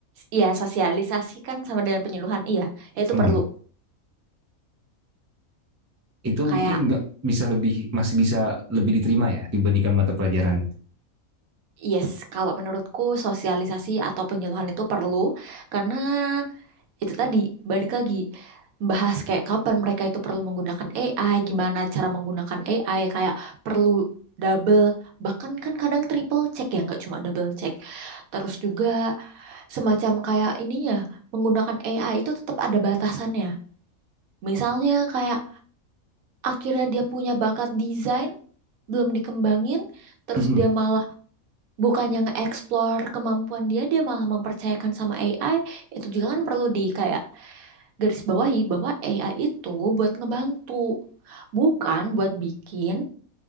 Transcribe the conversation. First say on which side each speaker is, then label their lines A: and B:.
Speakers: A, on the right; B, on the right.
A: Iya, sosialisasi kan sama dengan penyuluhan. Iya, ya itu
B: hmm,
A: perlu.
B: itu
A: Kayak,
B: mungkin nggak bisa lebih masih bisa lebih diterima ya dibandingkan mata pelajaran
A: yes, kalau menurutku sosialisasi atau penyuluhan itu perlu. Karena itu tadi, balik lagi, membahas kayak kapan mereka itu perlu menggunakan AI, gimana cara menggunakan AI, kayak perlu double, bahkan kan kadang triple check ya, nggak cuma double check. Terus juga semacam kayak ininya, menggunakan AI itu tetap ada batasannya. Misalnya kayak akhirnya dia punya bakat desain, belum dikembangin, terus
B: Mm-mm.
A: dia malah bukannya nge-explore kemampuan dia, dia malah mempercayakan sama AI. Itu juga kan perlu di kayak garis bawahi bahwa AI itu buat ngebantu, bukan buat bikin